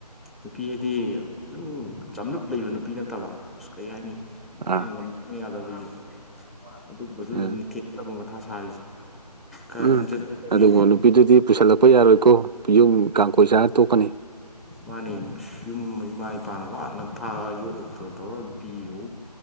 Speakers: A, in the centre; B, on the right (about 75°).
A: ꯅꯨꯄꯤ ꯍꯥꯏꯗꯤ ꯑꯗꯨꯝ ꯆꯝꯂꯞ ꯂꯩꯕ ꯅꯨꯄꯤ ꯅꯠꯇꯕ ꯑꯁ ꯀꯩ ꯍꯥꯏꯅꯤ ꯃꯥꯅ
B: ꯑꯥ
A: ꯉꯝꯗ ꯌꯥꯗꯕꯒꯤ ꯑꯗꯨꯝꯕꯗꯨꯗꯅꯤ
B: ꯎꯝ
A: ꯊꯦꯛꯇꯕ ꯃꯇꯝ ꯑꯊꯥ ꯁꯥꯔꯤꯁꯦ ꯈꯔ
B: ꯎꯝ
A: ꯏꯪꯆꯠꯇꯕꯤ
B: ꯑꯗꯨꯕꯨ ꯅꯨꯄꯤꯗꯨꯗꯤ ꯄꯨꯁꯜꯂꯛꯄ ꯌꯥꯔꯣꯏꯀꯣ ꯌꯨꯝ ꯀꯥꯡꯈꯣꯏ ꯆꯥꯔ ꯇꯣꯛꯀꯅꯤ
A: ꯃꯥꯅꯦ ꯁꯨꯝ ꯏꯃꯥ ꯏꯄꯥꯅ ꯋꯥꯅ ꯊꯥꯛꯑꯒ ꯌꯣꯛꯂꯗ꯭ꯔ ꯇꯧꯔꯒ ꯄꯤꯕ